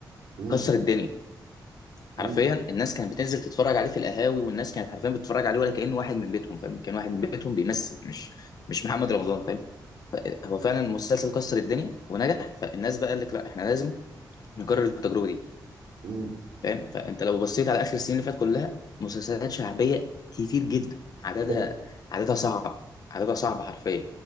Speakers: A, on the right; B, on the left.
A: أمم،
B: كسر الدنيا
A: أمم،
B: حرفيا الناس كانت بتنزل تتفرج عليه في القهاوي والناس كانت حرفيا بتتفرج عليه ولا كأنه واحد من بيتهم فاهم كان واحد من بيتهم بيمثل مش مش محمد رمضان فاهم هو فعلا المسلسل كسر الدنيا ونجح فالناس بقى قال لك لا احنا لازم نكرر التجربه دي
A: أمم.
B: فاهم فانت لو بصيت على اخر السنين اللي فاتت كلها مسلسلات شعبيه كتير جدا عددها
A: بجد.
B: عددها صعب عددها صعب حرفيا